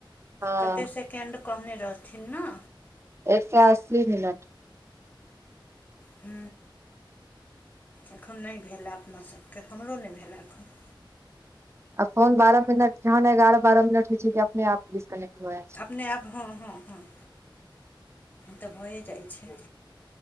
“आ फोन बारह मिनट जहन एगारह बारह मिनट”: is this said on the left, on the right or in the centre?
Right